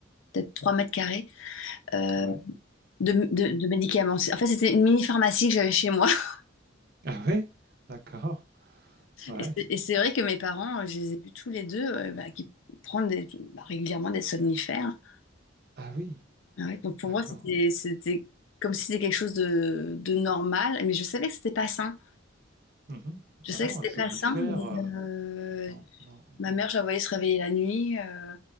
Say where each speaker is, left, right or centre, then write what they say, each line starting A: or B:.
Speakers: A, on the left (about 80°); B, on the right (about 50°).
A: peut-être 3 mètres carrés euh,
B: Ouais.
A: de, de- de médicaments. C'est- En fait, c'était une mini-pharmacie que j'avais chez moi. <laughs>
B: Ah oui. D'accord. Ouais.
A: Et c'est et c'est vrai que mes parents, euh, je les ai vus tous les deux euh, bah, qui prennent des- bah, régulièrement des somnifères.
B: Ah oui.
A: Ouais. Donc, pour
B: D'accord.
A: moi, c'était c'était comme si c'était quelque chose de, de normal. Mais je savais que c'était pas sain.
B: Mhm.
A: Je
B: Ah
A: sais
B: non,
A: que c'était
B: un somnifère.
A: pas simple, mais
B: euh,
A: euh,
B: non, non,
A: ma
B: non.
A: mère, je la voyais se réveiller la nuit euh,